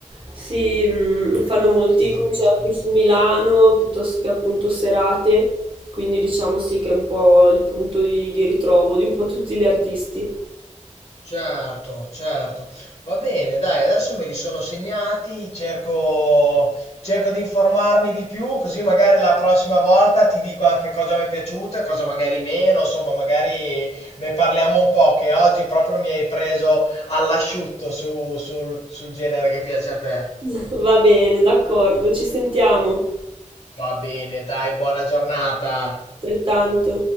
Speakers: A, on the right; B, on the left.
A: si, mh, fanno molti
B: si esibiscono.
A: concerti su Milano piuttosto che appunto serate, quindi diciamo sì che è un po' il punto di, di ritrovo di un po' tutti gli artisti.
B: Certo, certo. Va bene, dai, adesso me li sono segnati, cerco, cerco di informarmi di più, così magari la prossima volta ti dico anche cosa mi è piaciuto e cosa magari meno, insomma, magari ne parliamo un po', che oggi proprio mi hai preso all'asciutto su- sul sul genere che piace a te.
A: <laughs> Va bene, d'accordo, ci sentiamo,
B: Va bene, dai, buona giornata.
A: altrettanto.